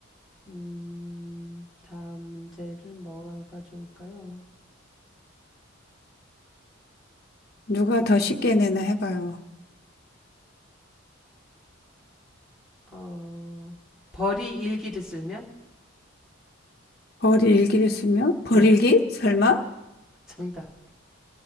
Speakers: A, in the centre; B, on the left.
A: 음, 다음 문제를 뭐가 좋을까요?
B: 누가 더 쉽게 내나 해봐요.
A: 어, 벌이 일기를 쓸면?
B: 벌이 일기를 쓰면?
A: 네,
B: 벌일기? 설마?
A: 정답.